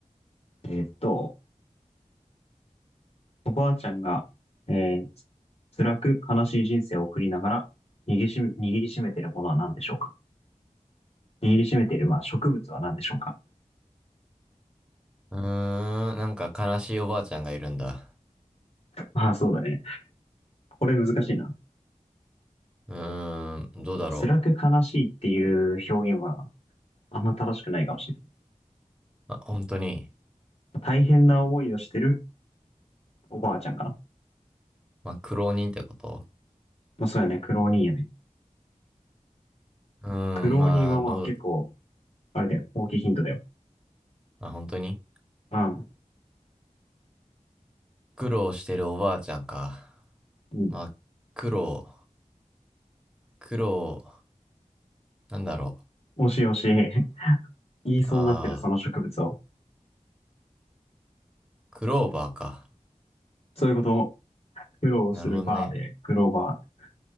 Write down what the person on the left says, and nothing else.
えーっと、おばあちゃんが、えー、辛く悲しい人生を送りながら握りしめ、握りしめているものは何でしょうか握りしめている、まあ、植物は何でしょうか
ああー、そうだね。これ難しいな。
辛く悲しいっていう表現はあんま正しくないかもしれない。
大変な思いをしてるおばあちゃんかな。
まあ、そうやね。苦労人やね。
苦労人はまあ結構、
あれだよ。大きいヒントだよ。
うん。
うん
惜しい惜しい。<laughs> 言いそうになってる、
その植物を。
そういうことを苦労するバーで、
クローバー。